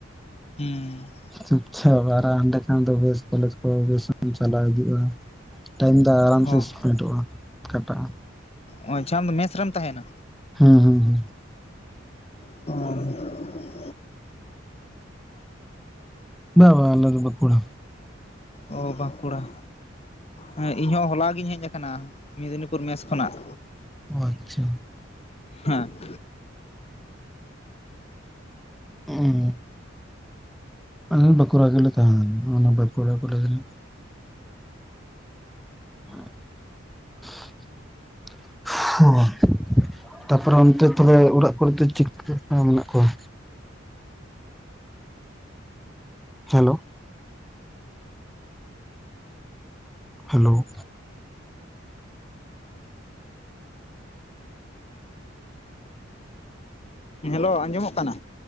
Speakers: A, on the left (about 30°); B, in the centre.
A: ᱦᱩᱸ᱾
B: ᱪᱩᱯᱪᱷᱟᱯ ᱟᱨᱚ ᱦᱟᱺᱰᱮ ᱠᱷᱟᱱ ᱫᱚ ᱵᱮᱥ ᱠᱚᱞᱮᱡᱽ ᱠᱚ ᱵᱮᱥᱮᱢ ᱪᱟᱞᱟᱣ ᱦᱤᱡᱩᱜ-ᱟ᱾ ᱴᱟᱭᱤᱢ ᱫᱚ ᱟᱨᱟᱢ
A: ᱦᱚᱸ
B: ᱥᱮ ᱤᱥᱯᱤᱴᱚᱜ-ᱟ, ᱠᱟᱴᱟᱜ-ᱟ᱾
A: ᱚ ᱟᱪᱷᱟ ᱟᱢ ᱫᱚ ᱢᱮᱥ ᱨᱮᱢ ᱛᱟᱸᱦᱮᱱᱟ?
B: ᱦᱩᱸ ᱦᱩᱸ ᱦᱩᱸ᱾
A: ᱦᱳᱭ᱾
B: ᱵᱟ ᱵᱟ ᱟᱞᱮ ᱫᱚ ᱵᱟᱸᱠᱩᱲᱟ᱾
A: ᱚ ᱵᱟᱸᱠᱩᱲᱟ ᱦᱮᱸ ᱤᱧ ᱦᱚᱸ ᱦᱚᱞᱟ ᱜᱤᱧ ᱦᱮᱡ ᱟᱠᱟᱱᱟ᱾ ᱢᱮᱫᱽᱱᱤᱯᱩᱨ ᱢᱮᱥ ᱠᱷᱚᱱᱟᱜ᱾
B: ᱚ, ᱟᱪᱪᱷᱟ᱾
A: ᱦᱮᱸ᱾
B: ᱚ᱾ ᱟᱞᱮ ᱫᱚ ᱵᱟᱸᱠᱩᱲᱟ ᱜᱮ ᱞᱮ ᱛᱟᱦᱮᱱᱟ, ᱚᱱᱟ ᱵᱟᱸᱠᱩᱲᱟ ᱠᱚᱞᱮᱡᱽ ᱨᱮ᱾ <unintelligible> ᱛᱟᱨ ᱯᱚᱨᱮ ᱚᱱᱛᱮ ᱛᱚᱵᱮ ᱚᱲᱟᱜ ᱠᱚ ᱨᱮ ᱫᱚ ᱪᱤᱠ ᱢᱮᱱᱟᱜ ᱠᱚᱣᱟ᱾ Hello hello.
A: ᱦᱮᱞᱳ ᱟᱸᱡᱚᱢᱚᱜ ᱠᱟᱱᱟ?